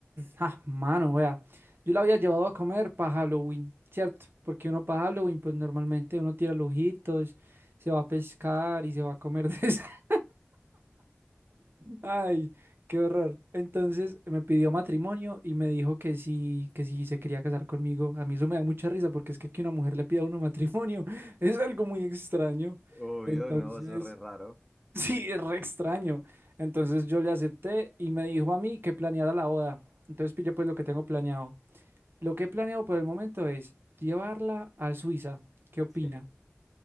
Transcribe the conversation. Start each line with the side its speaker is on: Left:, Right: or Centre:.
Right: Ah, mano, vea, yo la había llevado a comer para Halloween, ¿cierto? Porque uno para Halloween, pues normalmente uno tira lujitos, se va a pescar y se va a comer de <laughs> Ay, qué horror. Entonces me pidió matrimonio y me dijo que sí, que sí se quería casar conmigo. A mí eso me da mucha risa porque es que que una mujer le pida a uno matrimonio <laughs> es algo muy extraño.
Centre: Obvio,
Right: Entonces,
Centre: no, eso es re raro.
Right: <laughs> sí, es re extraño. Entonces yo le acepté y me dijo a mí que planeara la boda. Entonces pille pues lo que tengo planeado. Lo que he planeado por el momento es llevarla a Suiza. ¿Qué opina?
Centre: Sí.